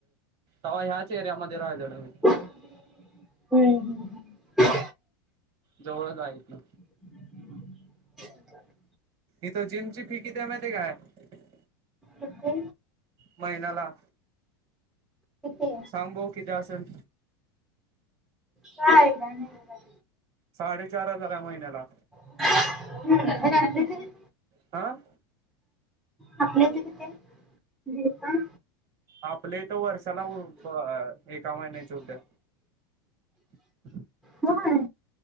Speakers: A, on the right; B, in the centre.
A: ह्याच एरियामध्ये राहिलेलो मी.
B: हूं.. हू
A: जवळच हाय इथं.
B: <inaudible>
A: इथं जिमची फी किती आहे माहिती आहे काय?
B: कती
A: महिन्याला
B: किती
A: सांग बघू किती असल.
B: काय एकाय नाही मी काय.
A: साडेचार हजार आहे महिन्याला.
B: <unintelligible>
A: आ
B: आपल्या इथं किती हाय?
A: आपल्या हिथं वर्षाला ब एका महिन्याची होत्या. <unintelligible>
B: होय.